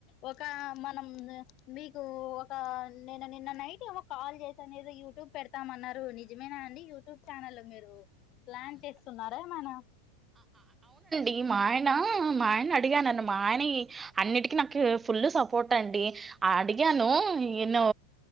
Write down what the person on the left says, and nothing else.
ఒక మ నమ్ద్ మీకూ ఒకా నేను నిన్న నైట్ ఏవో కాల్ చేస అనేదో యూట్యూబ్ పెడతామన్నారు నిజమేనా అండి యూట్యూబ్ ఛానల్ మీరు. ప్లాన్ చేస్తున్నారా మన.